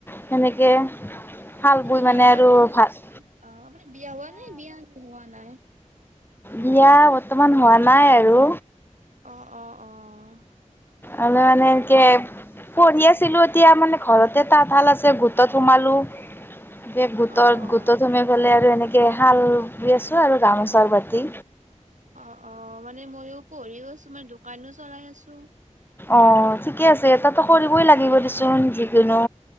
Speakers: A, on the left; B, on the right.
A: সেনেকে শাল
B: এনে
A: বৈ
B: বিয়া
A: মানে
B: হোৱা
A: আৰু
B: নাই
A: ভাল
B: অ' আপুনি বিয়া হোৱা নে বিয়া হোৱা নাই?
A: বিয়া বৰ্তমান হোৱা নাই আৰু।
B: অঁ অঁ অঁ
A: আলো মানে এনকে পঢ়ি
B: উম
A: আছিলো এতিয়া মানে ঘৰতে তাঁতশাল আছে, গোটত সোমালো। এতিয়া গোটৰ
B: অ অ
A: গোটত সোমাই ফালে আৰু এনেকে কে হাল বিছো আছো আৰু গামোচাৰ বাতি
B: অঁ অঁ মানে মইয়ো পঢ়িও আছো মানে দোকানো চলাই আছো
A: অ' ঠিকে আছে এটাত <inaudible> ত কৰিবই লাগিব দেচোন যিকোনো